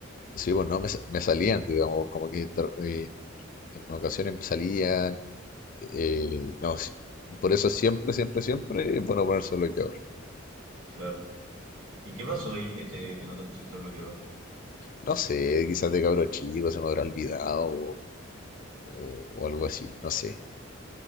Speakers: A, on the left; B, on the right.
A: sí, pues no, me, sa- me salían, digamos, como que tra- en en ocasiones me salían. Eh, no, si- por eso siempre, siempre, siempre es bueno ponerse bloqueador.
B: Claro. ¿Y qué pasó
A: Sí.
B: ahí que, te, que no te pusiste el bloqueador?
A: No sé, quizás de cabro chico se me habrá olvidado o, o- o algo así, no sé.